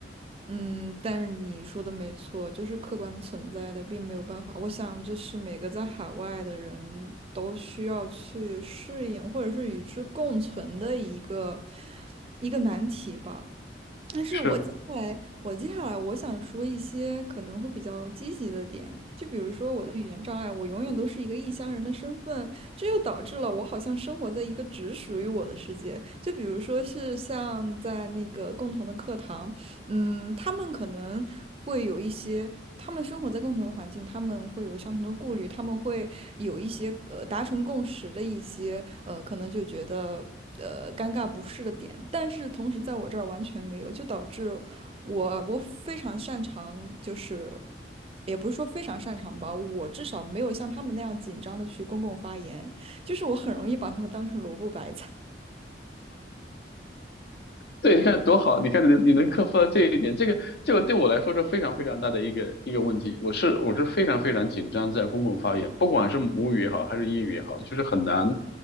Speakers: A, on the right; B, on the left.
A: 嗯，但是你说的没错，就是客观存在的，并没有办法。我想这是每个在海外的人都需要去适应，或者是与之共存的一个一个难题吧。但是我接下来，
B: 是。
A: 我接下来我想说一些可能会比较积极的点，就比如说我的语言障碍，我永远都是一个异乡人的身份，这又导致了我好像生活在一个只属于我的世界。就比如说是像在那个共同的课堂，嗯，他们可能会有一些，他们生活在共同的环境，他们会有相同的顾虑，他们会有一些呃达成共识的一些呃，可能就觉得呃尴尬不适的点，但是同时在我这儿完全没有，就导致我我非常擅长，就是也不是说非常擅长吧，我至少没有像他们那样紧张的去公共发言，就是我很容易把他们当成萝卜白菜。
B: 对，你看多好，你看你你能克服到这一点，这个这个对我来说是非常非常大的一个一个问题。我是我是非常非常紧张，在公共发言，不管是母语也好，还是英语也好，就是很难